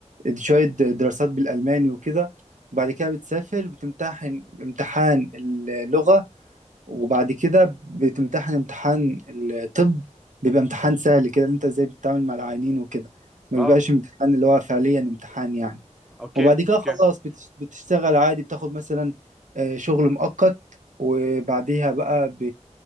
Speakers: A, on the right; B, in the centre.
A: شوية دراسات بالألماني وكده وبعد كده بتسافر بتمتحن امتحان اللغة وبعد كده بتمتحن امتحان الطب بيبقى امتحان سهل كده إن انت ازاي بتتعامل مع العيانين وكده ما
B: اه
A: بيبقاش امتحان اللي هو فعليا امتحان يعني
B: اوكي
A: وبعد كده
B: اوكي
A: خلاص بتش- بتشتغل عادي بتاخد مثلا آه، شغل مؤقت وبعديها بقى ب...